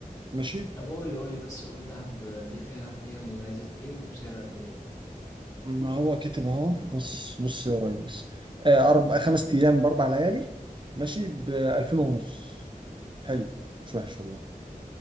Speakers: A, on the right; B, on the left.
A: ماشي
B: طب قول لي قول لي بس قول لي دهب دي فيها فيها مميزات إيه وبسعر قد إيه
A: ما هو كاتب أهو بص بص يا ريس آه، أربع خمس أيام بأربع ليالي ماشي ب 2000 ونص حلو مش وحش والله